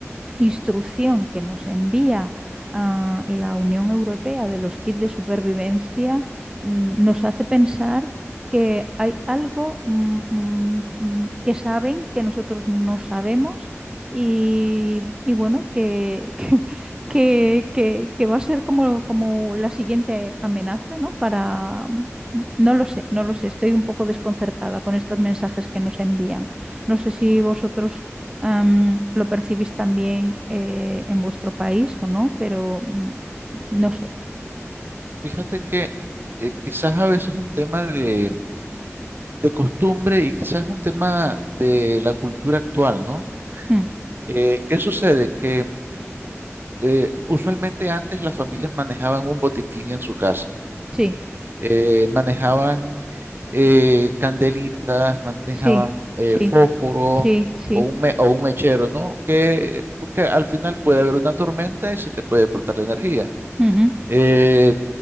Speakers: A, on the right; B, on the right.
A: instrucción que nos envía ah, la Unión Europea de los kits de supervivencia mm, nos hace pensar que hay algo mm, mm, mm, que saben que nosotros no sabemos y, y bueno, que, <laughs> que, que- que- que va a ser como, como la siguiente amenaza, ¿no? Para... mm, No lo sé, no lo sé, estoy un poco desconcertada con estos mensajes que nos envían. No sé si vosotros Am, ¿lo percibís también eh, en vuestro país o no? Pero mm, no sé.
B: Fíjate que eh, quizás a veces es un tema de, de costumbre y quizás es un tema de la cultura actual, ¿no?
A: Mm,
B: Eh, ¿qué sucede? Que eh, usualmente antes las familias manejaban un botiquín en su casa,
A: sí,
B: Eh, manejaban eh, candelitas, manejaban
A: sí,
B: eh,
A: sí,
B: fósforo
A: sí, sí.
B: o un, me- o un mechero, ¿no? Que, porque al final puede haber una tormenta y se te puede cortar la energía.
A: ujú,
B: Eh,